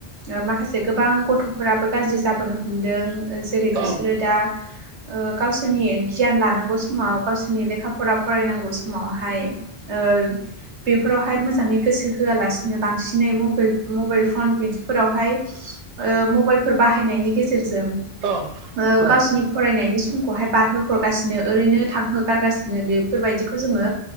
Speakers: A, on the right (about 80°); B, on the right (about 45°).
A: ओ माखासे गोबां गथ'फोराबो गाज्रि जाबोनो हमदों। ओ जेरै
B: औ
A: बिसोरो दा ओ गावसोनि गियान लानांगौ समाव गावसोनि लेखा फरा फरायनांगौ समावहाय ओ बेफोरावहाय मोजाङै गोसो होआलासिनो बांसिनै मबेल मबेल फन बिदि फोरावहाय ओ मबेलफोर बाहायनायनि गेजेरजों
B: औ नोंथां
A: ओ गावसिनि फरायनायनि समखौहाय बारहो हरगासिनो ओरैनो थांहो गारगासिनो बेफोरबायदिखौ जोङो